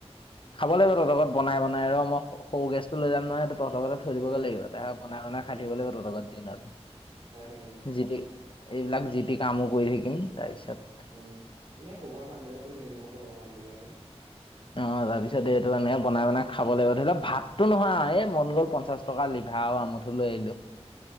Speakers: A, on the left; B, on the right.
A: খাব লাগিব তহঁতৰ ঘৰত লগত
B: তাৰপা
A: বনাই বনাই আৰু মই- সৰু গেছ টো লৈ যাম নহয় সেই তহত ঘৰতে থৈ
B: উম,
A: দিবগৈ
B: উম,
A: লাগিব ত বনাই বনাই
B: উম,
A: খাই থাকিব লাগিব তহত ঘৰত দিনত-
B: খাই থাকিম অ
A: জি পি এইবিলাক জিটি কামো কৰি থাকিম তাৰপিছত-
B: উম এনেই সৰুসোৱা কাম বিলাক কৰি থাকিম আৰু ঘৰুৱা কাম বিলাকে-
A: অ তাৰ পিছত এইটো মানে বনাই বনাই খাব লাগিব ধৰি লোৱাক ভাতো নহয় এ এই মন গ'ল পঞ্চাশ- ফটকা লিভা আৰু আমঠো লৈ আহিলোঁ-